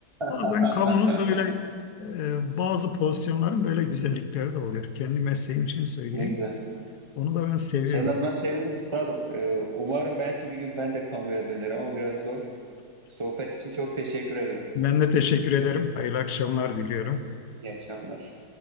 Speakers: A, on the left (about 80°); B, on the right (about 25°).
A: Bazen
B: <laughs>
A: kamunun böyle e, bazı pozisyonların böyle güzellikleri de oluyor. Kendi mesleğim için söyleyeyim.
B: Ne güzel.
A: Onu da ben seviyorum.
B: Senin adına sevindim üstadım. E, umarım belki bir gün ben de kamuya dönerim ama biraz zor. Sohbet için çok teşekkür ederim.
A: Ben de teşekkür ederim. Hayırlı akşamlar diliyorum.
B: İyi akşamlar.